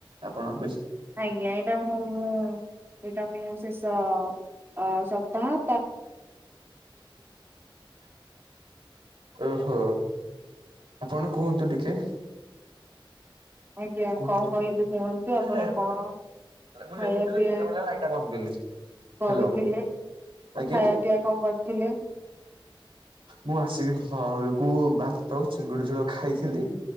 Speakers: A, on the right; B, on the right.
A: ଆପଣ ବେଶ
B: ଆଜ୍ଞା, ଏଇଟା ମୁଁ ମୁଁ ଏଇଟା ମୁଁ ଶେଷ-ଅ-ଅ-ସପ୍ତାହ
A: ଓହୋ! ଆପଣ କୁହନ୍ତୁ ଟିକେ?
B: ଆଜ୍ଞା,
A: କୁହନ୍ତୁ।
B: କଣ କହିବି କୁହନ୍ତୁ ଆପଣ
A: ଆରେ
B: କଣ?
A: ମୁଁ ଲେଖୁଥିଲି
B: ଖାଇବା ପିଆ
A: ମୁଣ୍ଡ ବୁଲେଇଲା ଲାଇଟ୍ ଟା ବନ୍ଦ କଲି
B: କରୁଥିଲେ।
A: ହ୍ୟାଲୋ।
B: ଖାଇବା
A: ଆଜ୍ଞା
B: ପିଆ କଣ କରିଥିଲେ?
A: ମୁଁ ଆସିକି ଘରକୁ ଭାତ ଚିଙ୍ଗୁଡି ଝୋଳ ଖାଇଥିଲି।